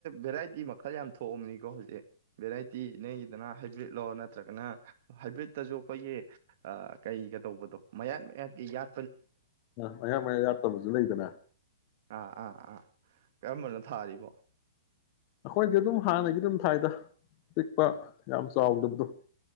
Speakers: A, on the right; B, on the left.
A: ꯚꯔꯥꯏꯇꯤ ꯈꯔ ꯌꯥꯝ ꯊꯣꯛꯑꯕꯅꯤꯀꯣ ꯍꯧꯖꯤꯛ ꯚꯦꯔꯥꯏꯇꯤ ꯅꯒꯤꯗꯅ ꯍꯥꯏꯕ꯭ꯔꯤꯠꯂꯣ ꯅꯠꯇ꯭ꯔ ꯅꯠꯇ꯭ꯔꯒꯅ ꯍꯥꯏꯕ꯭ꯔꯤꯠꯇꯁꯨ ꯑꯩꯈꯣꯏꯒꯤ ꯀꯩꯒ ꯇꯧꯕꯗꯣ ꯃꯌꯥꯟꯠ ꯃꯌꯥꯟ ꯏ ꯌꯥ
B: ꯃꯌꯥꯌꯥꯝ ꯃꯌꯥ ꯌꯥꯠꯇꯕꯁꯨ ꯂꯩꯗꯅ
A: ꯑꯥ ꯑꯥ ꯑꯥ ꯀꯔꯝꯕꯅꯣ ꯊꯥꯔꯤꯕꯣ
B: ꯑꯩꯈꯣꯏꯗꯤ ꯑꯗꯨꯝ ꯍꯥꯟꯅꯒꯤ ꯑꯗꯨꯝ ꯊꯥꯏꯗ ꯄꯤꯛꯄ ꯌꯥꯝ ꯆꯥꯎꯗꯕꯗꯣ